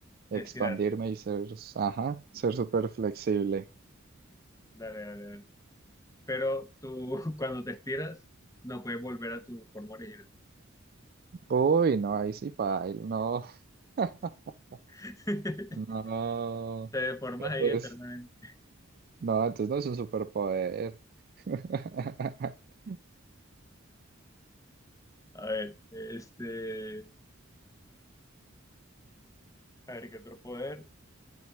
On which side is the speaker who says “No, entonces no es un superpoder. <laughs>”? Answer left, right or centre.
Right